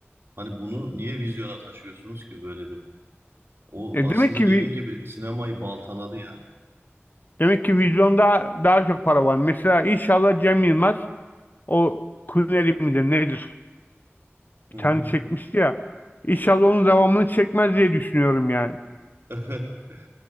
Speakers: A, on the right; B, on the left.
A: Hani bunu niye vizyona taşıyorsunuz ki böyle bir O
B: Ya E,
A: aslında
B: demek ki
A: dediğin
B: vi-
A: gibi sinemayı baltaladı yani.
B: demek ki vizyonda daha çok para var. Mesela inşallah Cem Yılmaz o Kuneri midir nedir?
A: Hı
B: Bir
A: hı.
B: tane çekmişti ya. İnşallah onun devamını çekmez diye düşünüyorum yani.
A: <laughs>